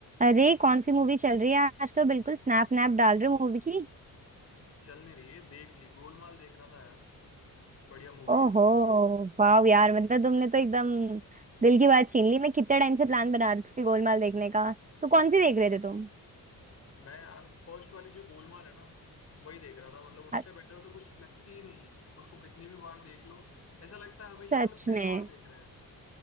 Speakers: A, on the right (about 20°); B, on the left (about 45°).
A: अरे कौन सी मूवी चल रही है आज तो बिल्कुल स्नैप नैप डाल रहे हो मूवी की
B: चल नहीं रही है देख ली गोलमाल देख रहा था यार बढ़िया मूवी
A: ओहो
B: है
A: वाह यार मतलब तुमने तो एकदम दिल की बात छीन ली मैं कितने टाइम से प्लान बना रही थी गोलमाल देखने का तो कौन सी देख रहे थे तुम
B: मैं यार फर्स्ट वाली जो गोलमाल है ना वही देख रहा था मतलब उससे
A: अ-
B: बेटर तो कुछ लगती ही नहीं है उसको कितनी भी बार देख लो ऐसा लगता है हमेशा
A: सच
B: मतलब पहली
A: में
B: बार देख रहे हैं